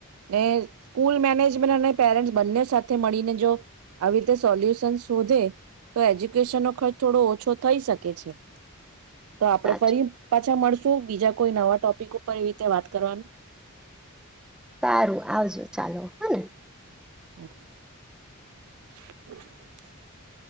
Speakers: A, on the right; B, in the centre.
A: ને સ્કૂલ મેનેજમેન્ટ અને પેરેન્ટ બંને સાથે મળીને જો આવી રીતે સોલ્યુશન શોધે તો એજ્યુકેશનનો ખર્ચ થોડો ઓછો થઈ શકે છે. તો આપડે
B: સાચું
A: ફરી પાછા મળશુ બીજા કોઈ નવા ટોપિક ઉપર એવી રીતે વાત કરવાનું
B: સારું આવજો ચાલો હે ને
A: હમ <unintelligible> <inaudible>